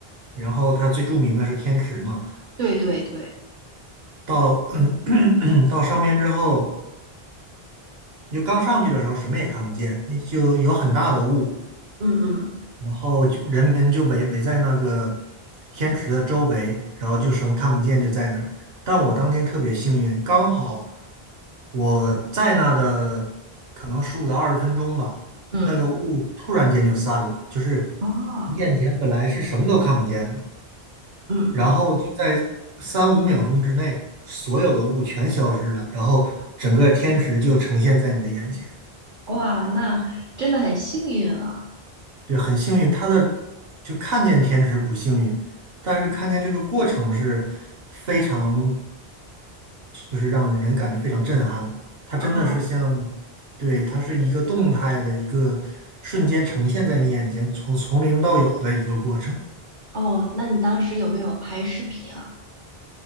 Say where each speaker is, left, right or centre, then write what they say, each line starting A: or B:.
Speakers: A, on the right (about 75°); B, on the right (about 55°).
A: 然后它最著名的是天池嘛，
B: 对对对，
A: 到 <clears throat> 到上面之后。你就刚上去的时候什么也看不见，你就有很大的雾，
B: 嗯嗯。
A: 然后就人们就围围在那个天池的周围，然后就什么看不见就在那儿。但我当天特别幸运，刚好我在那的可能十五到二十分钟吧，
B: 嗯
A: 那个雾突然间就散了，就是
B: 哦，
A: 你眼前本来是什么都看不见的，
B: 嗯嗯
A: 然后就在三五秒钟之内，所有的雾全消失了，然后整个天池就呈现在你的眼前。
B: 哇，那真的很幸运啊。
A: 对，很幸运，他的就看见天池不幸运，但是看见这个过程是非常，
B: 嗯
A: 就是让人感觉非常震撼的。它真的是像，
B: 哦
A: 对，它是一个动态的一个瞬间呈现在你眼前，从从零到有的一个过程。
B: 哦，那你当时有没有拍视频啊？